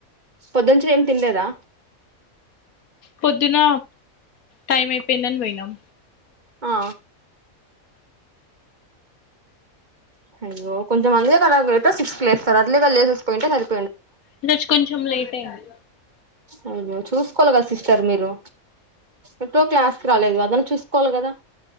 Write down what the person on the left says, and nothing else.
పొద్దున్న టైం అయిపోయిందని పోయినాం
ఈ రోజు కొంచెం లేట్ అయింది